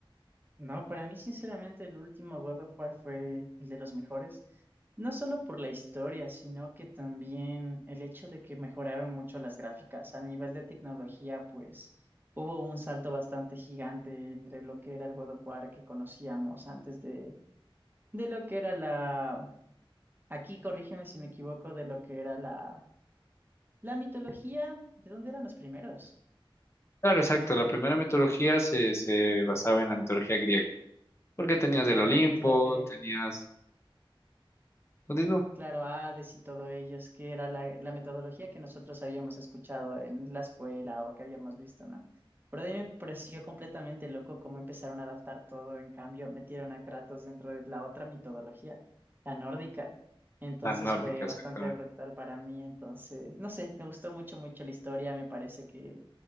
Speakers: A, on the right; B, on the left.
A: No, para mí sinceramente el último God of War fue el de los mejores. No solo por la historia, sino que también el hecho de que mejoraron mucho las gráficas. A nivel de tecnología, pues hubo un salto bastante gigante entre lo que era el God of War que conocíamos antes de, de lo que era la Aquí corrígeme si me equivoco de lo que era la, la mitología. ¿De dónde eran los primeros?
B: Claro, exacto. La primera mitología se, se basaba en la mitología griega. Porque tenías
A: Claro
B: el Olimpo,
A: que es la que
B: tenías... Continúa.
A: Claro, Hades y todo ellos, que era la, la metodología que nosotros habíamos escuchado en la escuela o que habíamos visto, ¿no? Pero a mí me pareció completamente loco cómo empezaron a adaptar todo, en cambio, metieron a Kratos dentro de la otra mitología, la nórdica. Entonces
B: La nórdica,
A: fue bastante
B: exactamente.
A: brutal para mí, entonces, no sé, me gustó mucho, mucho la historia, me parece que